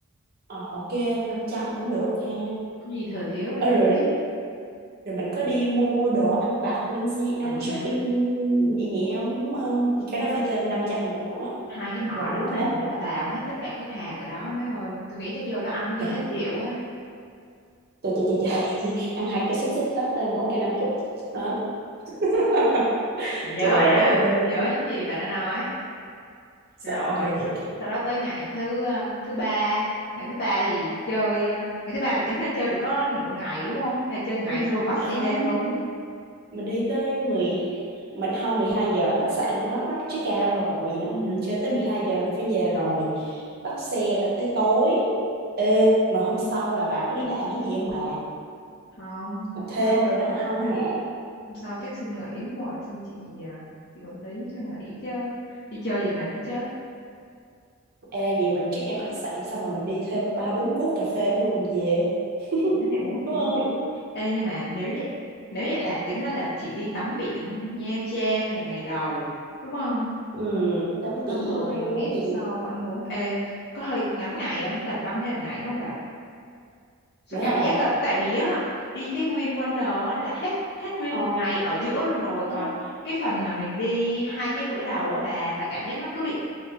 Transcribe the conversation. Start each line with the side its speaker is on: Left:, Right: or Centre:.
Right: ờ ok 500 cũng được ha
Left: Cái gì thừa thiếu rồi tính
Right: Ê, rồi
Left: tiếp
Right: rồi mình có đi mua đồ ăn vặt lên xe ăn
Left: Ừ
Right: shopping
Left: ha ừ.
Right: nhẹ nhẹ không đúng không thì cái đó
Left: Hai,
Right: phải thêm 500 nữa
Left: hai cái mỏ
Right: là là
Left: đứa mình
Right: tám
Left: chắc là bào hết tất cả các hàng ở đó má ơi Tôi nghĩ chắc vô đó ăn khi
Right: trời
Left: hết rượu á
Right: trời trời trời, trời. <laughs> ăn hai cây xúc xích hết mỗi cây năm chục Hả? <laughs>
Left: Mình nhớ
Right: trời
Left: nè
Right: đất ơi
Left: Nhớ
Right: luôn
Left: những gì bạn đã nói
Right: sợ
Left: Rồi
Right: thiệt
Left: sau đó tới ngày thứ ờ, thứ ba Ngày thứ ba thì chơi ờ, Ngày thứ ba là tính ra chơi được có nửa ngày đúng không Hay chơi ngày
Right: Ừ,
Left: xong rồi bắt
Right: à
Left: xe
Right: không
Left: đêm luôn
Right: mình đi tới mười mình không 12 giờ khách sạn nó bắt check out rồi là mình
Left: Ừ
Right: chơi tới 12 giờ mình phải về rồi bắt xe là tới tối ê mà hôm sau là bà có đi làm hay gì không bà
Left: không
Right: làm
Left: hôm
Right: thêm
Left: sau
Right: rồi đó
Left: ờ,
Right: không hả
Left: hôm sau chắc xin nghỉ quá rồi xin chị ờ, chị quản lý cho nghỉ chứ đi chơi về mệt muốn chết
Right: ê vậy mình check out khách sạn xong rồi mình đi thêm ba bốn cuốc cà phê nữa rồi mình về <laughs>
Left: cái này uống gì
Right: đúng
Left: uống
Right: không
Left: dữ ê nhưng mà nếu vậy nếu vậy là tính đó là chị đi tắm biển Nha Trang là ngày đầu đúng không
Right: ừ tắm biển
Left: xong rồi
Right: ăn uống
Left: ngày hôm
Right: gì
Left: sau ăn uống ê có hơi ngắn ngày không cần tăng thêm ngày đúng không bà sao
Right: nữa
Left: cả
Right: hả
Left: biết
Right: bà
Left: á tại vì á đi cái Win Wonder á là hết hết nguyên
Right: ờ
Left: một ngày ở giữa luôn rồi còn
Right: hết
Left: cái phần mà mình đi hai cái bữa đầu á bà bà cảm giác nó cứ bị